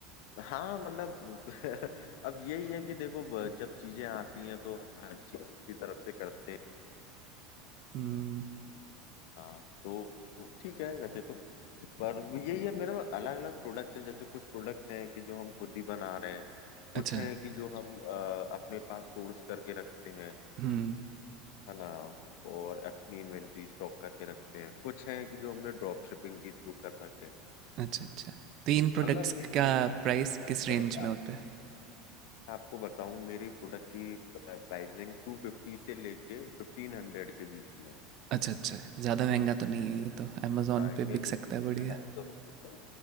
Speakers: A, on the left (about 70°); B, on the right (about 45°).
A: हाँ मतलब <laughs> अब यही है कि देखो ब- जब चीजें आती हैं तो हर चीज की तरफ से करते हैं
B: हम्म
A: हाँ तो ठीक है वैसे तो पर यही है मेरा अलग अलग प्रोडक्ट्स हैं जैसे कुछ प्रोडक्ट्स हैं कि जो हम खुद ही बना रहे हैं कुछ
B: अच्छा
A: हैं कि जो हम अ, अपने पास सोर्स करके रखते हैं
B: हम्म
A: है ना और अपनी इन्वेंट्री स्टॉक करके रखते हैं कुछ है कि जो हमने ड्रॉप शिपिंग के थ्रू कर रखे हैं
B: अच्छा, अच्छा। तो इन प्रोडक्ट्स
A: मतलब मेरी
B: का प्राइस
A: कोशिश
B: किस रेंज
A: है कि
B: में होता है?
A: आपको बताऊं मेरी प्रोडक्ट की प्राइसिंग टू फिफ्टी से लेके फिफ्टीन हंड्रेड के बीच में
B: अच्छा, अच्छा। ज़्यादा महँगा तो नहीं है ये तो, अमेज़न
A: हाँ इंडियन
B: पे बिक सकता
A: रुपीज
B: है बढ़िया।
A: में ढाई सौ रुपये से